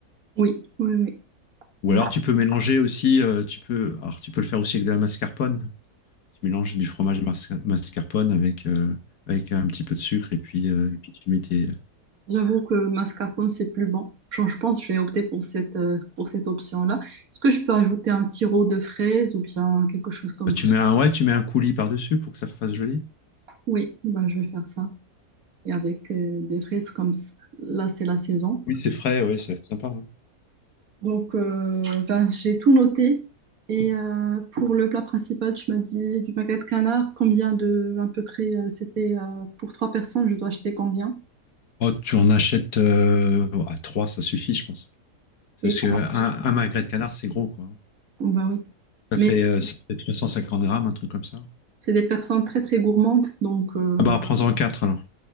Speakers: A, on the right; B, on the left.
A: Oui, oui, oui.
B: Ou
A: Voilà.
B: alors, tu peux mélanger aussi, euh, tu peux, alors, tu peux le faire aussi avec de la mascarpone, tu mélanges du fromage masca- mascarpone avec, euh, avec un petit peu de sucre et puis, euh, et puis tu mets tes...
A: J'avoue que mascarpone, c'est plus bon. Je je pense que je vais opter pour cette, euh, pour cette option-là. Est-ce que je peux ajouter un sirop de fraises ou bien quelque chose comme
B: Bah, tu
A: ça?
B: mets un, ouais, tu mets un coulis par-dessus pour que ça fasse joli.
A: Oui, ben, je vais faire ça. Et avec euh, des fraises comme ça, là, c'est la saison.
B: Oui, c'est frais, ouais, ça va être sympa. hein.
A: Donc, euh, ben, j'ai tout noté. Et euh, pour le plat principal, tu m'as dit du magret de canard. Combien de, à peu près, euh, c'était euh, pour trois personnes, je dois acheter combien?
B: Oh, tu en achètes euh, à 3 ça suffit, je pense.
A: Et
B: Parce que un, un magret de canard, c'est gros, quoi. hein.
A: ben oui.
B: Ça
A: Mais
B: fait, euh, ça fait 350 grammes, un truc comme ça.
A: c'est des personnes très très gourmandes, donc euh,
B: Ah bah, prends-en quatre alors.